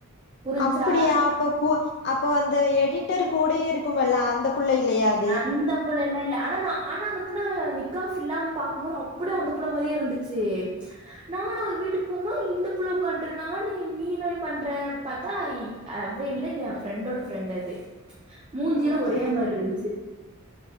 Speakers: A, on the right (about 20°); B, on the left (about 45°).
A: புரிஞ்சா
B: அப்டியா அப்ப கு அப்ப அந்த எடிட்டர் கூடயே இருக்குமல்ல அந்த புள்ள இல்லையா அது
A: அந்த புள்ள எல்லா இல்ல ஆனா நா ஆனா அந்த புள்ள நிக்காஃப் இல்லாம பாக்கும்போது அப்படியே அந்த புள்ள மாதிரியே இருந்துச்சு நானு அவரு வீட்டுக்கு போகு போது இந்த புள்ள உட்காந்திருந்தா நானு நீ என்னடி பண்ற அப்டி பாத்தா அவ இல்ல ஏ ஃப்ரெண்டோட ஃப்ரெண்ட் அது மூஞ்சிலா
B: ம்
A: ஒரே
B: ம்
A: மாரி இருந்துச்சு